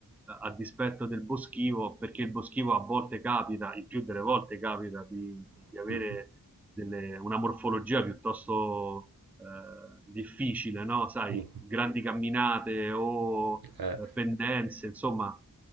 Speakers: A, in the centre; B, on the right (about 80°).
A: eh, a dispetto del boschivo, perché il boschivo a volte capita, il più delle volte capita, di,
B: <laughs>
A: di avere
B: Mhm,
A: delle, una morfologia piuttosto eh, difficile, no? Sai,
B: mhm.
A: grandi camminate o
B: Eh.
A: eh, pendenze, insomma,